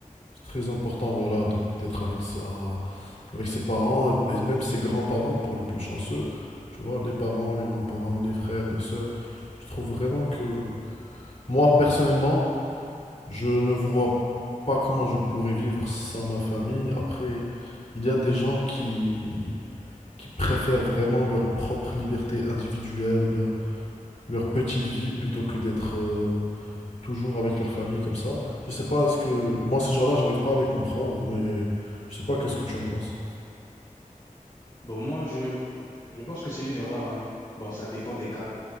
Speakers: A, on the left; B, on the left.
A: c'est très important voilà, de- d'être avec sa, avec ses parents et même ses grands-parents pour les plus chanceux. Tu vois, les parents, les grands-parents, les frères, les sœurs. Je trouve vraiment que moi, personnellement, je ne vois pas comment je pourrais vivre sans ma famille. Après, il y a des gens qui qui préfèrent vraiment leur propre liberté individuelle ou bien leur petite vie plutôt que d'être euh, toujours avec leur famille comme ça. Je sais pas, est-ce que... Moi, ces gens-là, j'arrive pas à les comprendre, mais je sais pas qu'est-ce que tu en penses.
B: Bon, moi, je, je pense que c'est une erreur, hein. Bon, ça dépend des cas.